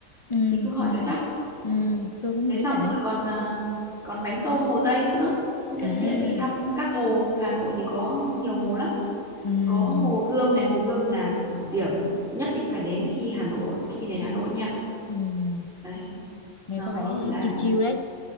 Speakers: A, on the left (about 45°); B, in the centre.
A: ừ
B: thì cứ hỏi
A: ừ
B: cho chắc
A: ừ
B: ừ.
A: tôi cũng
B: thế
A: nghĩ
B: xong
A: vậy
B: rồi còn à, còn bánh tôm Hồ Tây nữa nhân
A: à
B: tiện đi thăm các hồ Hà Nội thì có nhiều hồ lắm
A: ừ
B: có hồ Gươm này hồ Gươm là điểm nhất định phải đến khi Hà Nội khi đến Hà Nội nha
A: ừ
B: đấy
A: nghe
B: nó
A: có vẻ
B: là
A: chiêu chiêu đấy